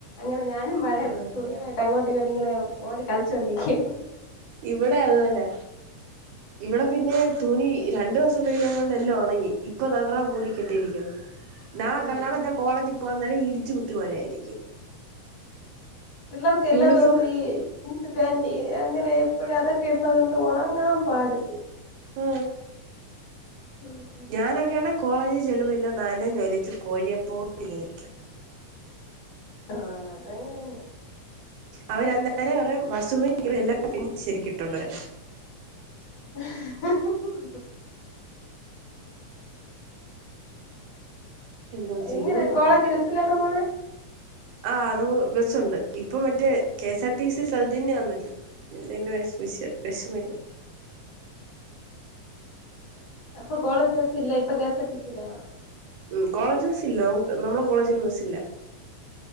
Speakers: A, on the left (about 60°); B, on the right (about 75°).
A: <unintelligible> ഞാനും മഴയ
B: ആഹ്
A: തുണികളായിട്ട് അങ്ങോട്ട ഇങ്ങനെ ഓടി കളിച്ചോണ്ടിരിക്കും
B: ഇവിടെ അത് തന്നെ ഇവിടെ പിന്നെ തുണി രണ്ടു ദിവസം വെയിലുള്ളൊണ്ട് എല്ലാം ഉണങ്ങി ഇപ്പൊ മൂടിട്ടിരിക്കുന്നു ഞാൻ
A: ഉം ഉം
B: കോളേജിൽ പോക നേര ഉച്ചകുത്തി മഴ ആയിരിക്കും
A: പിള്ളേർക്ക് എല്ലാ
B: യൂണിഫോം
A: ദിവസവും ജീൻസ് പാന്റ് അങ്ങനെ എപ്പോഴും അതൊക്കെ ഇടുന്നത കൊണ്ട് ഉണങ്ങാൻ പാട്
B: ആ
A: ഉം ഉം
B: ഞാനൊക്കെയണ കോളേജിൽ ചലവില്ല നനഞ്ഞു ഒലിച്ചു കോഴിയപ്പോ ഇങ്ങനെ നിക്കും
A: ആഹ അത അങ്ങനെന്നെ
B: അവർന്നേരം <unintelligible> എല്ലും
A: ഈ
B: പിന്നെ ശരിക്കട്ടും ഇട്ടിട്ടുണ്ട്
A: <unintelligible> <inaudible>
B: എന്തോ
A: എങ്ങനെ
B: ചെയ്യോന്ന്
A: കോളേജ് ബസിലാണ് പോണ
B: ആ നമ ബസുണ്ട് ഇപ്പൊ മറ്റേ K S R T C സൗജന്യനല്ലേ എന്ത വിഷമില്ല
A: അപ്പൊ കോളേജ് ബസ് ഇല്ലേ <unintelligible>
B: ഉ കോളേജ് ബസ്സ ഇല്ല നമ്മള കോളേജിന് ബസ്സില്ല